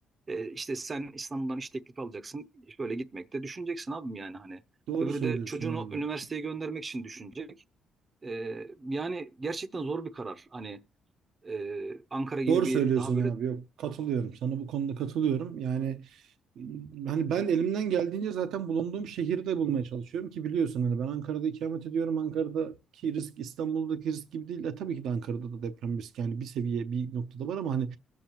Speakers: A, on the right (about 30°); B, on the right (about 80°).
A: e, işte sen İstanbul'dan iş teklifi alacaksın, böyle gitmekte düşüneceksin abim yani hani.
B: Doğru
A: Öbürü
B: söylüyorsun
A: de çocuğunu
B: abi.
A: üniversiteye göndermek için düşünecek. E, yani gerçekten zor bir karar. Hani e, Ankara gibi
B: Doğru
A: bir
B: söylüyorsun
A: daha böyle
B: abi. Yok katılıyorum. Sana bu konuda katılıyorum. Yani e, hani ben elimden geldiğince zaten bulunduğum şehirde bulmaya çalışıyorum ki biliyorsun hani ben Ankara'da ikamet ediyorum. Ankara'daki risk İstanbul'daki risk gibi değil. E, tabii ki de Ankara'da da deprem riski yani bir seviye bir noktada var ama hani